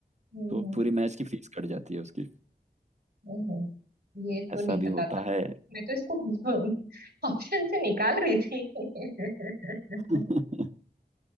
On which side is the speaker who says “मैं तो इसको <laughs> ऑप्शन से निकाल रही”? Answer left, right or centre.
Right